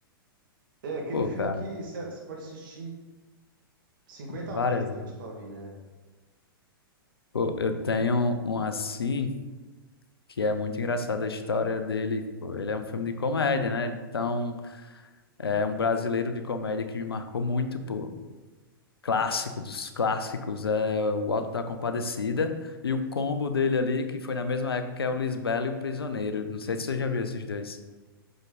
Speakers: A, on the right; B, on the left.
A: É aquele
B: Pô,
A: filme
B: cara,
A: que você pode assistir 50
B: várias.
A: vezes durante a sua vida, né?
B: Pô, eu tenho um assim que é muito engraçado a história dele. Pô, ele é um filme de comédia, né? Então, é um brasileiro de comédia que me marcou muito, pô. clássico dos clássicos, é o Alto da Compadecida e o combo dele ali, que foi na mesma época que é o Lisbela e o Prisioneiro. Não sei se você já viu esses dois.